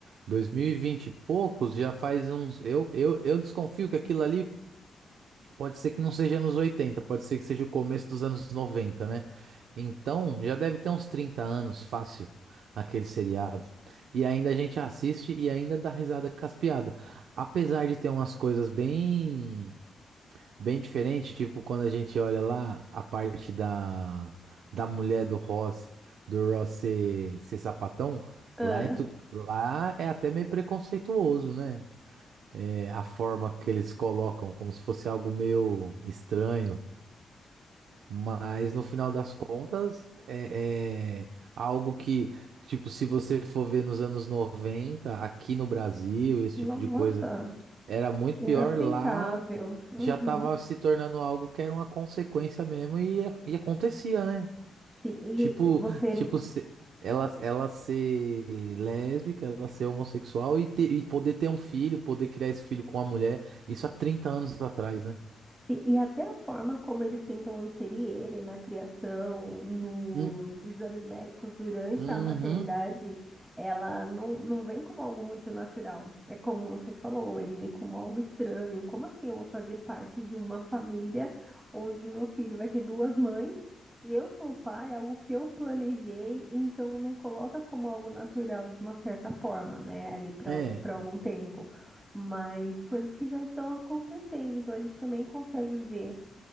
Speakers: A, on the right; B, on the right.
A: 2020 e vinte. dois mil e vinte e poucos, já faz uns. Eu, eu, eu desconfio que aquilo ali pode ser que não seja anos 80, pode ser que seja o começo dos anos 90, né? Então, já deve ter uns 30 anos, fácil, aquele seriado. E ainda a gente assiste e ainda dá risada com as piadas. Apesar de ter umas coisas bem. Bem diferente, tipo, quando a gente olha lá a parte da, da mulher do Ross, do Ross ser, ser sapatão,
B: Ah,
A: lá é, tu, lá é até meio preconceituoso, né? É, a forma que eles colocam, como se fosse algo meio estranho. Mas no final das contas, é, é algo que, tipo, se você for ver nos anos 90 aqui no Brasil, esse
B: nossa,
A: tipo de coisa, era muito
B: inaceitável.
A: pior lá
B: Uhum.
A: já tava se tornando algo que era uma consequência mesmo e, e acontecia, né?
B: Sim,
A: Tipo,
B: e você
A: tipo, se- ela, ela ser lésbica, ela ser homossexual e, ter, e poder ter um filho, poder criar esse filho com uma mulher, isso há trinta anos atrás, né?
B: Sim, E até a forma como eles tentam inserir ele na criação, nos
A: Hum,
B: exames médicos durante
A: Uhum.
B: a maternidade, ela não, não vem como algo muito natural. É como você falou, ele vem como algo estranho. Como assim eu vou fazer parte de uma família onde meu filho vai ter duas mães e eu sou o pai, é algo que eu planejei, então não coloca como algo natural de uma certa forma, né? Ali para
A: É,
B: para algum tempo mas coisas que já estão acontecendo. Então a gente também consegue ver